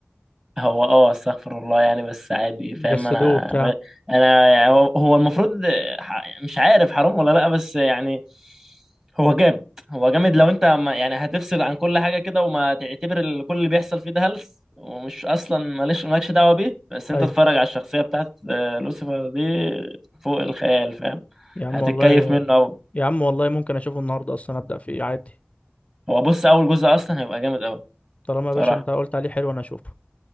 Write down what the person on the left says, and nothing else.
جسدوه
بتاع
ايوه
يا عم
والله
يا عم والله ممكن اشوفه النهاردة اصلا ابدأ فيه عادي
طالما يا باشا
انت قلت عليه حلو انا اشوفه